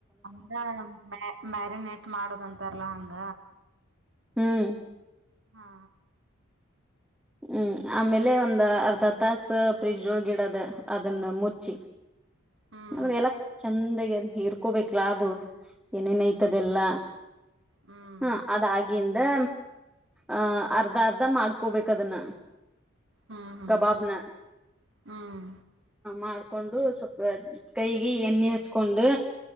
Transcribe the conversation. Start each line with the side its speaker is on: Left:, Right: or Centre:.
Right: ಅ ಮ ಮ್ಯಾರಿನೇಟ್ ಮಾಡದಂತಾರಲ್ಲಾ ಹಂಗ
Centre: ಹ್ಮ್
Right: ಹಾ
Centre: ಹ್ಮ್ ಆಮೇಲೆ ಒಂದ್ ಅರ್ಧ ತಾಸ ಫ್ರಿಜ್ ಒಳ್ಗಿಡದ ಅದನ್ನ ಮುಚ್ಚಿ
Right: ಹ್ಮ್
Centre: ನನ್ ಎಲ್ಲ ಚಂದಗ ಇರ್ಕೋಬೇಕಲಾ ಅದು ಏನೇನೈತದೆಲ್ಲ
Right: ಹ್ಮ್ ಹ್ಮ್
Centre: ಹ ಅದಾಗಿ ಅ ಅಹ ಅರ್ಧ ಅರ್ಧ ಮಾಡ್ಕೋಬೇಕದನ್ನ
Right: ಹ್ಮ್ ಹ್ಮ್
Centre: ಕಬಾಬ್ನ
Right: ಹ್ಮ್
Centre: ಮಾಡ್ಕೊಂಡು ಸ್ವ ಕೈಗೆ ಎಣ್ಣೆ ಹಚ್ಕೊಂಡು